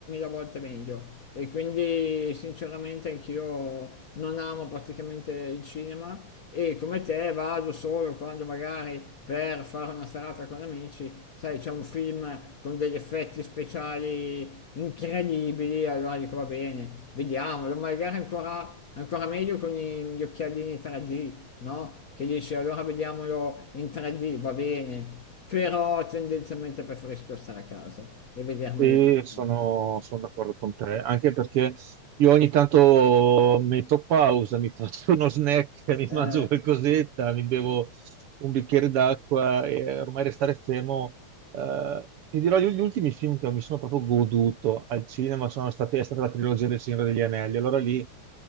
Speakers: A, on the left (about 55°); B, on the right (about 65°).
A: volte meglio. E quindi sinceramente anch'io non amo praticamente il cinema e come te vado solo quando magari per fare una serata con amici, sai, c'è un film con degli effetti speciali incredibili, allora dico va bene, vediamolo, magari ancora, ancora meglio con gli occhialini 3D no? Che dici allora vediamolo in 3D, va bene, però tendenzialmente preferisco stare a casa e vedermeli.
B: Sì, sono, sono d'accordo con te, anche perché io ogni tanto metto pausa, mi <laughs> faccio uno snack, <laughs> mi
A: Eh,
B: mangio qualcosetta, mi bevo un bicchiere d'acqua e ormai restare fermo. eh, ti dirò, gli gli ultimi film che mi sono proprio goduto al cinema sono stati, è stata la trilogia del Signore degli Anelli. Allora lì,